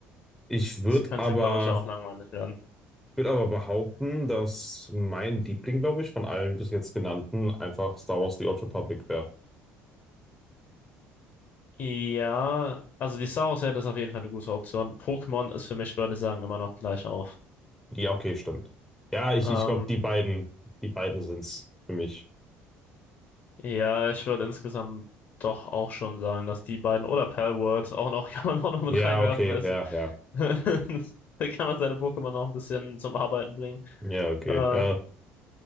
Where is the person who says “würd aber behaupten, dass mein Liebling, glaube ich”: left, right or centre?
Centre